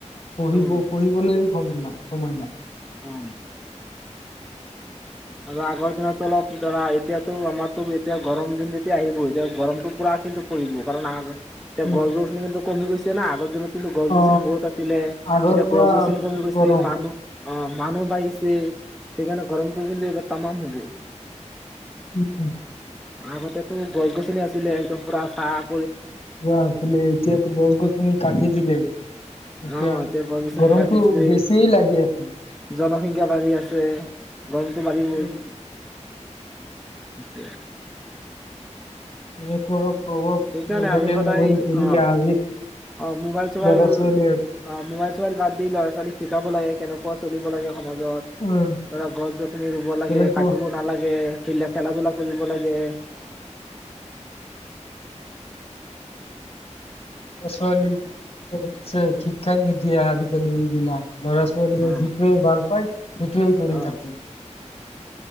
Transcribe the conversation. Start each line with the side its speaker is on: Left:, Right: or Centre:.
Left: পঢ়িব
Centre: অ'
Left: পঢ়িবলৈও সময় নাই। সময় নাই।
Centre: অম আৰু আগৰ দিনতো অলপ ধৰা এতিয়াতো আমাৰতো এতিয়া গৰম দিন যেতিয়া আহিব এতিয়া গৰমতটো পুৰা কিন্তু পৰিব কাৰণ আগ এয়া
Left: অ
Centre: গছ-গছনি কিন্তু কমি গৈছে না আগৰ দিনত কিন্তু গছ
Left: অ
Centre: গছনি বহুত আছিলে,
Left: আগৰ
Centre: এতিয়া
Left: পৰা
Centre: গছ গছনি
Left: বহুত
Centre: কমি গৈছে
Left: গৰম
Centre: মানুহ অ' মানুহ বাহিছে সেইকাৰনে গৰম <unintelligible> এইবাৰ তামাম হ'ব।
Left: উম!
Centre: আগতেতো গছ-গছনি আছিলে একদম পুৰা চাত
Left: পুৰা আছিলে এতিয়াাতো গছ-গছনি কাটি দিলে এতিয়া
Centre: অ এতিয়া গছ গছনি
Left: গৰমটো
Centre: কাটিছে
Left: বেছিয়ে লাগি আছে।
Centre: জনসংখ্যা বাঢ়ি আছে। গৰমটো বাঢ়িবই।
Left: উম,
Centre: সিটোৱে।
Left: <unintelligible>
Centre: সেইকাৰণে
Left: মোবাইলে
Centre: আমি সদায়
Left: মোবাইলে পৰিলে
Centre: অ
Left: আজিৰ
Centre: অ মোবাইল চোবাইল
Left: ল'ৰা ছোৱালী
Centre: অ মোবাইল চোবাইল বাদ দি ল'ৰা ছোৱালীক শিকাব লাগে। কেনেকুৱা চলিব লাগে। সমাজত
Left: উম
Centre: ধৰা গছ-গছনি ৰুব লাগে
Left: তেনেকুৱা
Centre: কাটিব নালাগে খেল খেলা ধূলা কৰিব লাগে।
Left: ল'ৰা-ছোৱালীক পেৰেণ্টছে শিক্ষাই নিদিয়ে আজিকালি এইবিলাক। ল'ৰা-ছোৱালীয়ে
Centre: অ
Left: যিটোৱে ভাল পায় সিটোৱেই কৰি
Centre: অ
Left: থাকে।